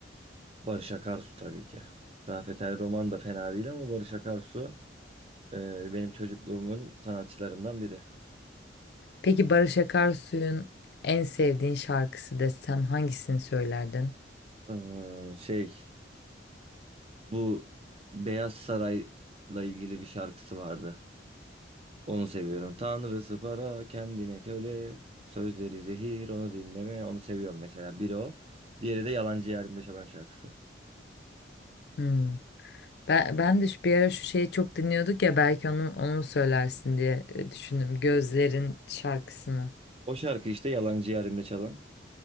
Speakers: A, on the right (about 30°); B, on the left (about 60°).
A: Barış Akarsu tabii ki. Rafet El Roman da fena değil ama Barış Akarsu e, benim çocukluğumun sanatçılarından biri.
B: Peki Barış Akarsu'nun en sevdiğin şarkısı desem hangisini söylerdin?
A: Ee, şey bu Beyaz Saray'la ilgili bir şarkısı vardı. Onu seviyorum. Tanrısı para kendine köle sözleri zehir onu dinleme onu seviyorum mesela. Biri o. Diğeri de Yalancı Yarimde çalan şarkısı.
B: Hmm. Ben, ben de şu- bir ara şu şeyi çok dinliyorduk ya belki onu, onu mu söylersin diye e, düşündüm. Gözlerin şarkısını.
A: O şarkı işte Yalancı Yarim'de çalan.